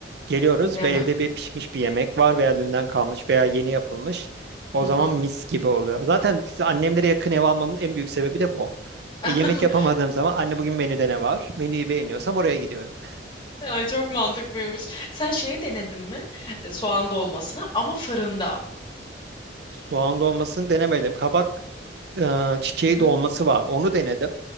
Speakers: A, on the right; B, on the left.
A: Geliyoruz
B: Değil
A: ve
B: mi?
A: evde bir pişmiş bir yemek var veya dünden kalmış veya yeni yapılmış. O
B: Hı
A: zaman
B: hı.
A: mis gibi oluyor. Zaten işte annemlere yakın ev almamın en büyük sebebi de bu.
B: <laughs>
A: E, yemek yapamadığım zaman anne bugün menüde ne var? Menüyü beğeniyorsam oraya gidiyorum.
B: Ay çok mantıklıymış. Sen şeyi denedin mi? E, Soğan dolmasını ama fırında.
A: Soğan dolmasını denemedim. Kabak e, çiçeği
B: Hı
A: dolması
B: hı.
A: var. Onu denedim.